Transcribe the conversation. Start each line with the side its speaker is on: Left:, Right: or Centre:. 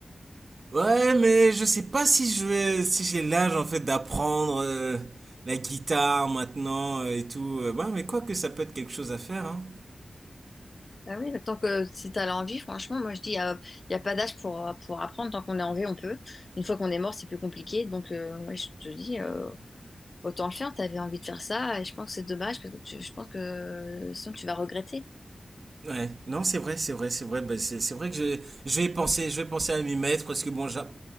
Right: Ouais, mais je sais pas si je vais, si j'ai l'âge en fait d'apprendre euh, la guitare maintenant euh, et tout. Euh, ouais, mais quoi que ça peut être quelque chose à faire, hein.
Left: Ah oui, bah, tant que si t'as l'envie, franchement, moi je dis, euh, il n'y a, y a pas d'âge pour, euh, pour apprendre. Tant qu'on est en vie, on peut. Une fois qu'on est mort, c'est plus compliqué. Donc, euh, ouais, je te dis, euh, autant le faire. T'avais envie de faire ça. Et je pense que c'est dommage parce que tu- je pense que euh, sinon tu vas regretter.
Right: Ouais, non, c'est vrai, c'est vrai, c'est vrai. Bah, c'est c'est vrai que je, je vais y penser, je vais penser à m'y mettre parce que bon, j'a-